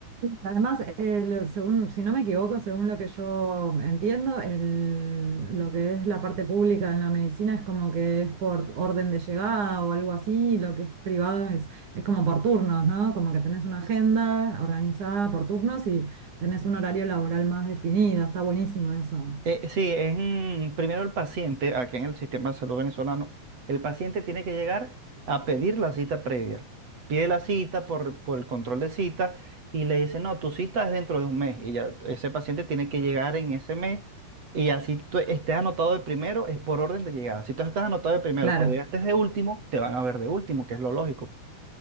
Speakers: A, on the right (about 75°); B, on the right (about 55°).
A: Además, el- según, si no me equivoco, según lo que yo entiendo, el- lo que es la parte pública en la medicina es como que es por orden de llegada o algo así, y lo que es privado es, es como por turnos, ¿no? Como que tenés una agenda organizada por turnos y tenés un horario laboral más definido, está buenísimo eso.
B: Eh, sí, es mm, primero el paciente, aquí en el sistema de salud venezolano, el paciente tiene que llegar a pedir la cita previa. Pide la cita por, por el control de cita y le dice, no, tu cita es dentro de un mes. Y ya ese paciente tiene que llegar en ese mes y así tú estés anotado de primero, es por orden de llegada. Si tú estás anotado de primero,
A: Claro.
B: pero llegaste de último, te van a ver de último, que es lo lógico.